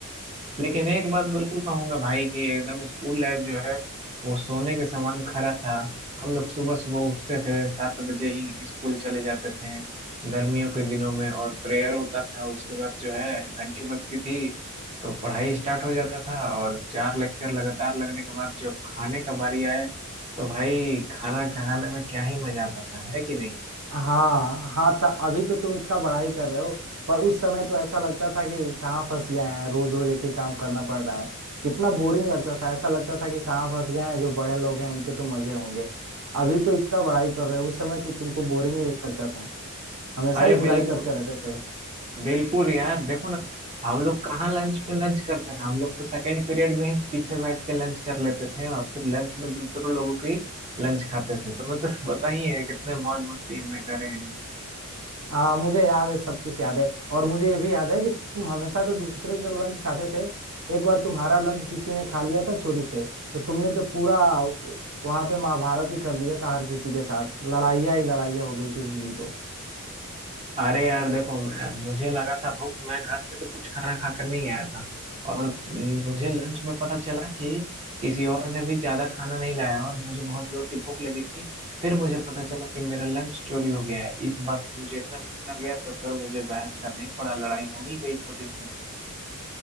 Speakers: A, on the right; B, on the right.
A: लेकिन एक बात बिल्कुल कहूंगा भाई कि एकदम स्कूल लाइफ जो है वो सोने के समान खरा था हम लोग सुबह सुबह उठते थे सात बजे ही स्कूल चले जाते थे गर्मियों के दिनों में और प्रेयर होता था उसके बाद जो है घंटी बजती थी तो पढ़ाई स्टार्ट हो जाता था और चार लेक्चर लगातार लगने के बाद जब खाने का बारी आए तो भाई खाना खाने में क्या ही मजा आता था है कि नहीं
B: हाँ हाँ त, अभी तो तुम इतना बड़ाई कर रहे हो पर उस समय तो ऐसा लगता था कि कहाँ फंस गए हैं रोज रोज एक ही काम करना पड़ रहा है कितना बोरिंग लगता था ऐसा लगता था कि कहाँ फंस गए हैं जो बड़े लोग हैं उनके तो मजे होंगे अभी तो इतना बड़ाई कर रहे हो उस समय तो तुमको बोरिंग ही लगता था हमेशा
A: अरे
B: ही बुराई
A: बिल्कुल
B: करते रहते थे
A: बिल्कुल यार देखो ना हम लोग कहाँ लंच पे लंच करते थे हम लोग तो सेकंड पीरियड में ही पीछे बैठ के लंच कर लेते थे और फिर लंच में दूसरों लोगों की लंच खाते थे तुम्हें तो <laughs> पता ही है कितने मौज मस्ती हमने करे हैं
B: हाँ मुझे याद है सब कुछ याद है और मुझे ये भी याद है कि तुम हमेशा तो दूसरे का लंच खाते थे एक बार तुम्हारा लंच किसी ने खा लिया था चोरी से तो तुमने तो पूरा वहां पे महाभारत ही कर दिया था हर किसी के साथ लड़ाइयाँ ही लड़ाइयाँ हो गई थी उस दिन तो
A: अरे यार देखो मैं मुझे लगा था भूख मैं घर से तो कुछ खाना खाकर नहीं आया था और म, मुझे लंच में पता चला कि किसी और ने भी ज्यादा खाना नहीं लाया और मुझे बहुत जोर की भूख लगी थी फिर मुझे पता चला कि मेरा लंच चोरी हो गया है इस बात से मुझे इतना गुस्सा आ गया तो फिर मुझे बहस करना ही पड़ा लड़ाई हो ही गई छोटी सी